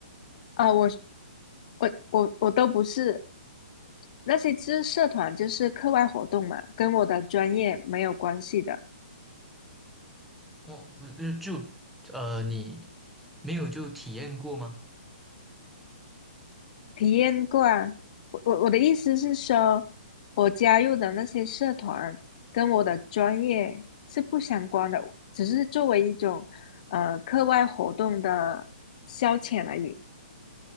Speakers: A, on the left; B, in the centre.
A: 啊、我我我我都不是那些知社团就是课外活动嘛，跟我的专业没有关系的。
B: 哦，不是，就呃，你没有就体验过吗？
A: 体验过啊，我我我的意思是说，我加入的那些社团跟我的专业是不相关的，只是作为一种呃课外活动的消遣而已。